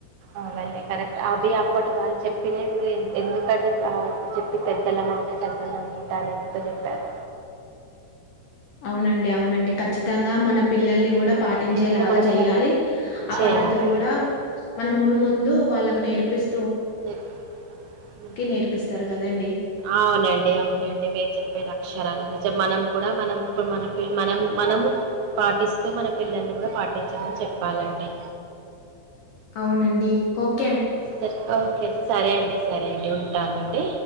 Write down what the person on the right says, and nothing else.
అవన్నీ కరెక్ట్ అవి అప్పటి వాళ్ళు చెప్పినవివే ఎందుకంటే, ఆ ఆప్డు చెప్పి పెద్దల మాట సద్దనంమ్మూట అని ఎంత చెప్పారు.
అది గూడా మన
చేయాలి.
హ్మ్ మ్మ్
అవునంటే, అవునంటే మీరు చెప్పేది అక్షరాల నిచం మనం కూడా మనం ఇపుడ్, మనక్ పిల్ల్ మనం మనము పాటిస్తూ, మన పిల్లల్ని కూడా పాటించమని చెప్పాలండె.
సర్చ్ ఓకే సరే అండి సరే అండి ఉంటానంటే